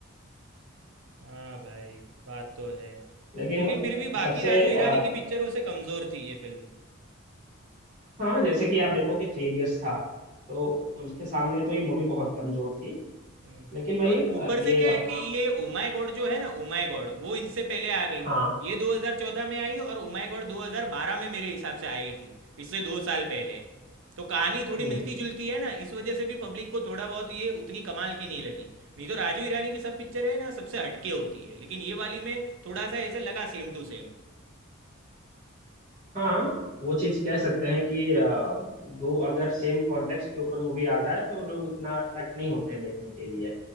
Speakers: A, on the right; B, on the right.
A: हाँ भाई बात तो है
B: लेकिन
A: लेकिन
B: अ,
A: फिर भी बाकी
B: सबसे
A: राजू हिरानी
B: अ,
A: की पिक्चरों से कमज़ोर थी ये फिल्म
B: हाँ जैसे कि आप देखो कि थ्री इडियट्स था तो उनके सामने तो ये मूवी बहुत कमजोर थी
A: हम्म,
B: लेकिन वही
A: और
B: अ,
A: ऊपर
B: ये
A: से क्या
B: अपना
A: है कि ये ओ माय गॉड जो है ना ओ माय गॉड वो इनसे पहले आ गई
B: हाँ
A: ये 2014 में आई और ओ माय गॉड 2012 में मेरे हिसाब से आई थी इससे दो साल पहले तो कहानी थोड़ी
B: हम्म
A: मिलती जुलती है ना इस वजह से भी पब्लिक को थोड़ा बहुत ये उतनी कमाल की नहीं लगी नहीं तो राजू ईरानी की सब पिक्चर है ना सबसे हटके होती है लेकिन ये वाली में थोड़ा सा ऐसे लगा सेम टू सेम
B: हाँ वो चीज कह सकते हैं कि अ, दो अगर सेम कॉन्टेक्स्ट के ऊपर मूवी आ जाए तो लोग उतना अट्रैक्ट नहीं होते हैं देखने के लिए